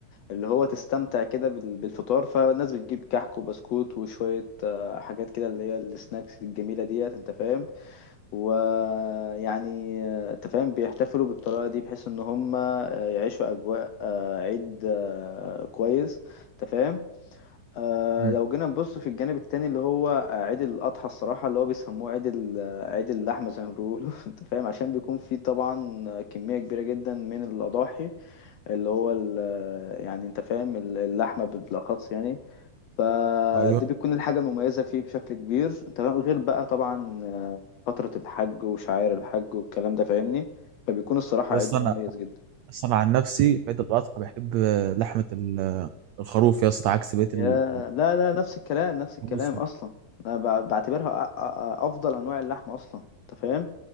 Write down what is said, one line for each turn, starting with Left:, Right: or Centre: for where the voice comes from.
Left: اللي هو تستمتع كده بال- بالفطار فالناس بتجيب كحك وبسكوت وشوية آه، حاجات كده اللي هي السناكس الجميلة ديت انت فاهم ويعني آه، انت فاهم بيحتفلوا بالطريقة دي بحيث ان هم آه، يعيشوا أجواء آه، عيد آه، كويس انت فاهم آه
Right: مم.
Left: لو جينا نبص في الجانب التاني اللي هو آه، عيد الأضحى الصراحة اللي هو بيسموه عيد ال- آه، عيد اللحمة زي ما بيقولوا <laughs> أنت فاهم عشان بيكون فيه طبعا آه، كمية كبيرة جدا من الأضاحي اللي هو ال- آه، يعني أنت فاهم ال- اللحمة بالأخص يعني فده
Right: ايوه
Left: بيكون الحاجة المميزة فيه بشكل كبير أنت فاهم غير بقى طبعا آه، فترة الحج وشعائر الحج والكلام ده فاهمني فبيكون الصراحة
Right: يا
Left: عيد
Right: اسطى
Left: مميز
Right: انا
Left: جدا
Right: اصلا عن نفسي في عيد الاضحى بحب لحمه ال- الخروف يا اسطى عكس بقيه
Left: يا
Right: ال-
Left: لا لا نفس الكلام نفس الكلام
Right: الناموس
Left: اصلا انا ب- بعتبرها أ- أ- افضل انواع اللحمه اصلا انت فاهم